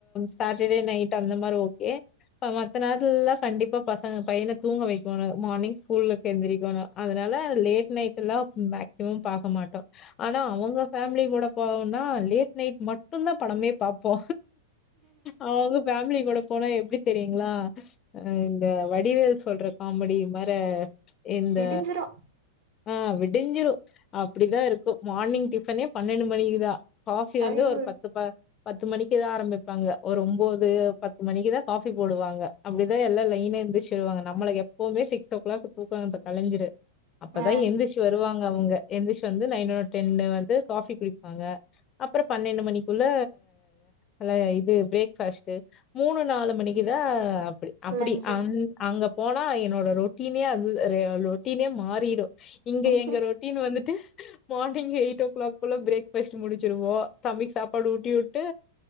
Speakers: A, on the left; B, on the right.
A: சாட்டர்டே நைட்டு அந்த மாரி ஓகே இப்ப மத்த நேரத்துலல்லா கண்டிப்பா பசங்க பையன தூங்க வைக்கணு மார்னிங் ஸ்கூல்லுக்கு எந்திரக்கணு அதனால லேட் நைட் டுல்லா மேக்சிமம் பாக்க மாட்டோ ஆனா அவுங்க ஃபேமிலி கூட போவோனா லேட் நைட் மட்டுதா படமே பாப்போ அவுங்க ஃபேமிலி கூட போனா எப்டி தெரியுங்களா அ இந்த வடிவேல் சொல்ற காமெடி மாரு இந்த
B: விடிஞ்சிரு
A: ஆ விடிஞ்சிரு அப்டிதா இருக்கு மார்னிங் டிஃபனே பன்னெண்டு மணிக்குதா காஃபி
B: ஐயோ
A: வந்து ஒரு பத்து ப பத்து மணிக்குதா ஆரமிப்பாங்க ஒரு ஒம்போது பத்து மணிக்கு தா காஃபி போடுவாங்க அப்டிதா எல்லா லை ஈனபிச்சிடுவாங்க நம்மள எப்போவுமே சிக்ஸ் ஓ கிளாக் தூக்கோ இப்ப கலஞ்சிரு அப்பதா
B: ஆ
A: எந்திரிச்சு வருவாங்க அவுங்க எந்திச்சு வந்து நைன் ஓ டென்னு வந்து காஃபி குடிப்பாங்க அப்பறோ பன்னெண்டு மணிக்குள்ள அல்ல இது பிரேக்ஃபாஸ்ட்டு மூணு நாலு மணிக்குதா அப்டி அப்டி
B: லஞ்சு
A: அங் அங்க போனா என்னோட ரொட்டினே அது ஒரு லோ ரொட்டினே மாறிடு இங்க
B: ம்
A: எங்க ரொட்டீன் வந்துட்டு மார்னிங் எயிட் ஓ கிளாக்குள்ள பிரேக்ஃபாஸ்ட்டு முடிச்சிடுவோ தம்பிக்கு சாப்பாடு ஊட்டி விட்டு